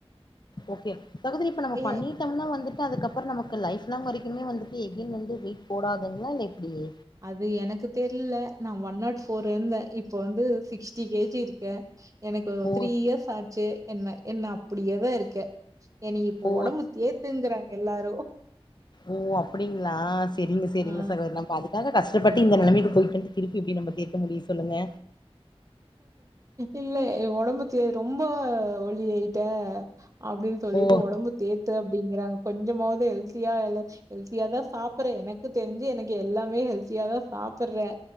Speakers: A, on the left (about 45°); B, on the right (about 30°).
A: ஓகே சகோதரி இப்ப நம்ம பண்ணிட்
B: ஏ
A: விட்டம்னா வந்துட்டு அதுக்கப்றோ நமக்கு லைஃப் லாங் வரைக்குமே வந்துட்டு எகைன் வந்து வெயிட் போடாதுங்களா இல்ல எப்டியே
B: அது எனக்கு தெரியல நா ஒன் நாட் ஃபோர் இருந்தே இப்ப வந்து சிக்ஸ்டி கேஜி இருக்கே எனக்கு
A: ஓ
B: த்ரீ இயர்ஸ் ஆச்சு என்ன என்ன அப்டியேதா இருக்கே என்னிக் இப்ப
A: ஓ
B: ஓடம்பு ஏத்துங்றாங்க எல்லாரு
A: ஓ அப்டிங்களா செரிங்க செரிங்க
B: ஆ
A: சகோதரி நா பாத் அதாக கஷ்டப்பட்டு இந்த நிலைமைக்கு போய்கண்ட்டு திருப்பி இப்படி நம்மளுக் இருக்க முடியு சொல்லுங்க
B: இல்லை உடம்பு தேறு ரொம்ப ஒல்லி ஆயிட்டே அப்டின்னு சொல்லிட்டு
A: ஓ
B: உடம்பு தேத்து அப்படிங்கறாங்க கொஞ்சமாவது ஹெல்தியா எல்லா ஹெல்த்தியா தா சாப்பட்றே எனக்கு தெரிஞ்சு எனக்கு எல்லாமே ஹெல்த்தியா தா சாப்பட்றே